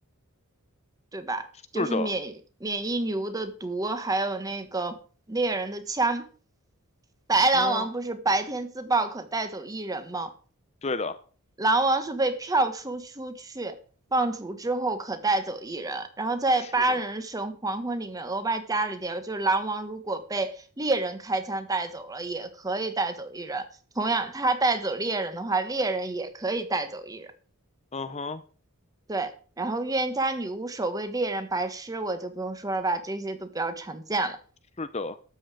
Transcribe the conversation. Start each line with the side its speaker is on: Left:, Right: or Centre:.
Right: 对吧？
Left: 是的，
Right: 就是免免疫女巫的毒，还有那个猎人的枪。白狼王不是白天自爆可带走一人吗？
Left: 嗯，对的，
Right: 狼王是被票出出去放逐之后可带走一人，然后在八人神黄昏里面额外加了一条，
Left: 是的，
Right: 就是狼王如果被猎人开枪带走了，也可以带走一人。同样，他带走猎人的话，猎人也可以带走一人。
Left: 嗯哼，
Right: 对，然后预言家、女巫、守卫、猎人、白痴，我就不用说了吧，这些都比较常见了。
Left: 是的。